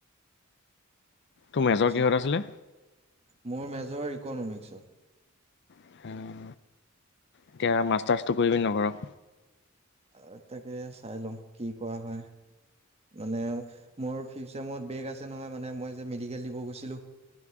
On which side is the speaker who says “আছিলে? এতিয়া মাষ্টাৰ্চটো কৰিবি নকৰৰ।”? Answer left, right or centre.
Left